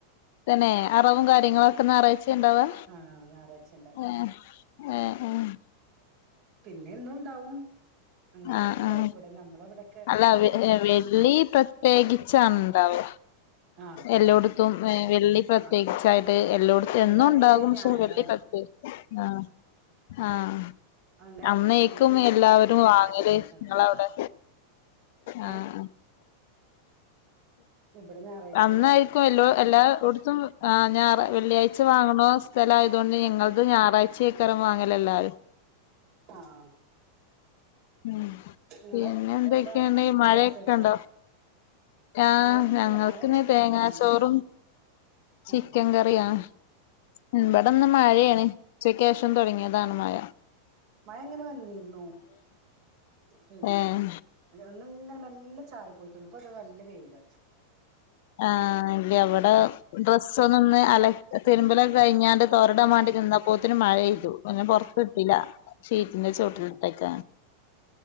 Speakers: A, on the left (about 50°); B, on the right (about 45°).
A: തന്നെ അറവും കാര്യങ്ങളും ഒക്കെ ഞാറായ്ച്ചേ ണ്ടാവാ
B: ആഹ് ഞായറാഴ്ച ഇണ്ടാക
A: ഏഹ് ഏഹ് ഏഹ്
B: പിന്നെന്നുംണ്ടാവും അങ്ങാടിൽണ്ടാവും
A: ആഹ് ആഹ്
B: ഇവിടെ ഞമ്മളവടെ
A: അല്ല വെ വെള്ളി പ്രത്യേകിച്ചാണ് ണ്ടാവ
B: ആഹ് ആഹ്
A: എല്ലോട്ത്തും ഏ വെള്ളി പ്രത്യേകിച്ചായിട്ട്
B: ആഹ്
A: എല്ലോട്ത്തും
B: ഇവിടെ
A: എന്നും
B: അത്
A: ഉണ്ടാകും
B: ഞായറാണ്
A: ക്ഷെ വെള്ളി പ്രത്യേക ആഹ ആഹ
B: അങ്ങനെ
A: അമ്മേക്കും
B: നമ്മളെ ഈ
A: എല്ലാവരും
B: ചെറിയ ഏരിയയിലൊക്കെ
A: വാങ്ങല് നിങ്ങളവിടെ
B: ആഹ്
A: ആഹ
B: ഏഹ്
A: ആ
B: ഇവിടെ ഞായറാഴ്ച
A: അന്നായിരിക്കും
B: ഇണ്ടാകല്
A: എല്ല എല്ലായിടത്തും ആ ഞാൻ വെള്ളിയാഴ്ച വാങ്ങണ സ്ഥല ആയതൊണ്ട്ഞൾ ഞറാഴ്ക്ക വാങ്ങ അല്ലല്ലത്
B: ആഹ്
A: ഉം
B: നിങ്ങളെ
A: പിന്നെ എന്തൊക്കെയണ്ടെ
B: എന്താ ഫുഡൊക്കെ
A: മഴയൊക്കെണ്ടോ
B: കഴിച്ചോ
A: ആഹ്
B: മഴയൊന്നില്ല
A: ഞങ്ങൾക്ക്ിന്
B: മഴ ഇങ്ങനെ
A: തേങ്ങാ
B: വന്നിരുന്നു
A: ചോറും ചിക്കൻ
B: ആ
A: കറിയാണ്
B: ആ
A: ആഹ് ഇവിടെന്ന് മഴയാണ് ച ശം തുടങ്ങിയ ദാനമായ
B: മയങ്കലമന്നീരുന്നു പിന്നെ
A: ഏഹ്
B: അങ്ങനെ നല്ല ചാറി പോയിട്ടുള്ളൂ ഇപ്പ അത നല്ല വേയില്ല
A: ആഹ ഇല്ല അവിടെ ഡ്രസ്സ ഒന്ന ഒന്ന് അല തിരുമ്പല കഴിഞ്ഞാൽ തൊരടൻേണ്ടി നി പത്തിന് മഴെയ്തു പിന്നെ പുറത്ത് ഇല്ല ീറ്റിന്റെ ചോട്ടിലിട്ടേക്ക
B: ഏ